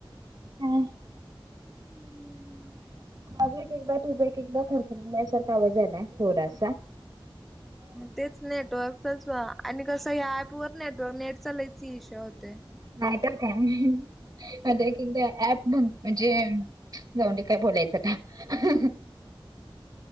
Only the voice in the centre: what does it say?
<unintelligible>
तेच नेटवर्कच आणि कसं या ऍप वर नेटवर्क नेट चा लईच इशू होतोय.